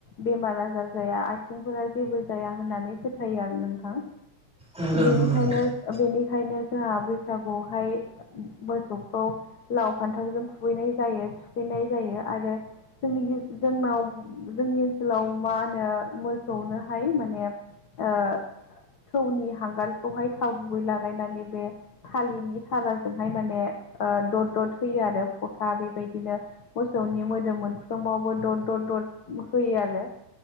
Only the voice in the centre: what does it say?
नंगौ
नंगौ नोंथां